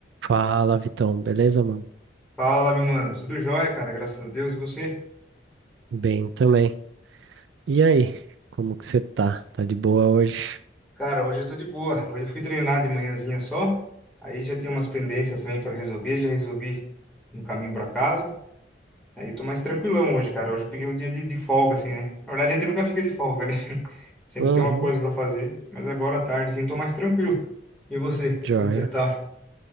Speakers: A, on the right; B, in the centre.
A: Fala, Vitão, beleza, mano?
B: Fala, meu mano. Tudo jóia, cara. Graças a Deus. E você?
A: Bem também. E aí, como que você tá? Tá de boa hoje?
B: Cara, hoje eu tô de boa. Hoje eu fui treinar de manhãzinha só. Aí já tinha umas pendências também pra resolver. Já resolvi no caminho pra casa. Aí tô mais tranquilão hoje, cara. Hoje eu peguei um dia de, de folga, assim, né? Na verdade, a gente nunca fica de folga, né? <laughs> Sempre
A: Uhum,
B: tem uma coisa pra fazer. Mas agora à tarde, assim, tô mais tranquilo. E você?
A: joia.
B: Como que você tá?